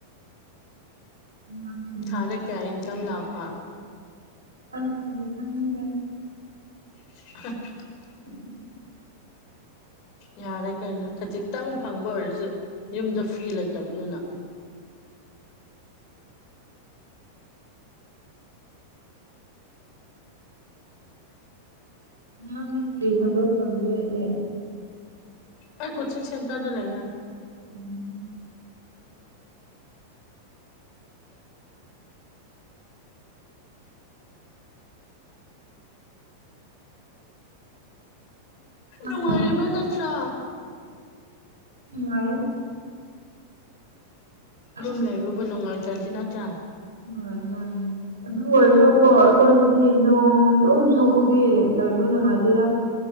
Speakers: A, on the right; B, on the left.
A: ꯑꯉꯥꯡꯁꯤꯡꯒꯤꯅ
B: ꯈꯔꯦ ꯀꯌꯥ ꯏꯟꯀꯝ ꯂꯥꯛꯄ
A: ꯑ ꯇꯉꯗ
B: <inaudible>
A: ꯑ <inaudible>
B: ꯌꯥꯔꯦ ꯀꯩꯅꯣ ꯈꯖꯤꯛꯇꯪ ꯐꯪꯕ ꯑꯣꯏꯔꯁꯨ ꯌꯨꯝꯗ ꯐꯤ ꯂꯩꯇꯕꯅꯤꯅ
A: ꯅꯪ ꯀꯔꯤ ꯏ ꯊ ꯀ ꯇꯕ ꯂꯩꯦꯗꯦ
B: ꯑꯩ ꯀꯣꯆꯤꯡ ꯁꯦꯟꯇꯔꯗ ꯂꯩꯌꯦ
A: ꯎꯝ ꯆꯥꯛ
B: ꯅꯨꯡꯉꯥꯏꯔꯤꯕ ꯅꯠꯇ꯭ꯔꯥ
A: ꯂꯔꯣ ꯑꯁ
B: ꯔꯨꯝꯂꯕꯕ ꯅꯅꯨꯡꯂꯥꯏ ꯆꯗꯤ ꯅꯠꯇ꯭ꯔꯥ
A: ꯃꯥ ꯃꯥꯅꯦ ꯑꯗꯨ ꯑꯣꯏꯔꯁꯨꯀꯣ ꯑꯩꯈꯣꯏꯗꯗꯤ ꯁꯤ ꯅꯣꯡ ꯗꯨꯝ ꯆꯨꯕꯒꯤ ꯂꯩꯕ ꯅꯨꯡꯉꯥꯏꯗꯣꯏꯔ